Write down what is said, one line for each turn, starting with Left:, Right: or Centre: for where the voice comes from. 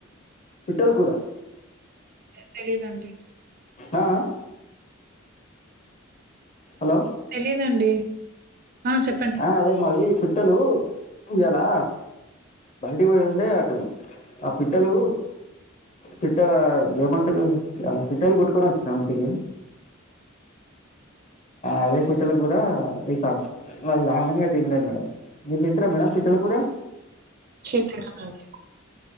Left: పీట్టల కూర
Right: తెలీదండి.
Left: ఆ హలో
Right: తెలీదండి ఆ చెప్పండి
Left: ఆ అదే మాది పిట్టలు ఎలా బయటి పోయి ఉండే అటు ఆ పిట్టలు పిట్టలా ఏమంటారు. పిట్టలు కొట్టుకొని వచ్చిన ఇంటికి అదే పిట్టల కూర అయితాంది. అది కంగానే తినేస్తాం. మీరు తింటరా మేడం పిట్టల కూర
Right: ఛీ! తిననండి